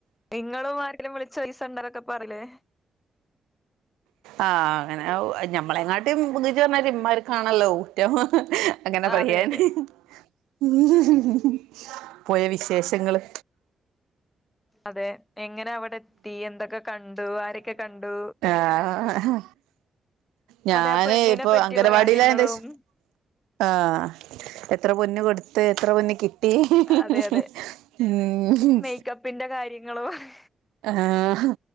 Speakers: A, on the left; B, on the right.
A: ഇങ്ങളും ആരെങ്കിലും വിളിച്ച പൈസ എണ്ടരൊക്കെ പറയിലെ
B: ആഹ് അങ്ങനെ ഔ ഞമ്മളെങ്ങാട്ടിം ബുദ്ധി ഇത്മാതിരി ഇമ്മാര് കാണല്ലോ ഊറ്റം ഹ് ഹ് ഹ്. അങ്ങനെ
A: അതെ
B: പറയാന്
A: അതെ
B: ഹ് പോയ വിശേഷങ്ങള്.
A: അതെ എങ്ങനെ അവടെത്തി എന്തൊക്കെ കണ്ടു ആരൊക്കെ കണ്ടു.
B: ആഹ ഹാ ഹാ ഞാന്
A: അതെ ആ പെണ്ണിനെ
B: ഇപ്പൊ
A: പറ്റിയുള്ള
B: അംഗനവാടിയിലാ
A: കാര്യങ്ങളും
B: യേന്റെഷം ആഹ് എത്ര പൊന്ന് കൊടുത്ത് എത്ര പൊന്ന് കി- ട്ടി ഹ് ഹ്
A: അതെ
B: ഹ്
A: അതെ
B: ഉം
A: മേക്കപ്പിന്റെ കാര്യങ്ങളും
B: എഹാ ഹ്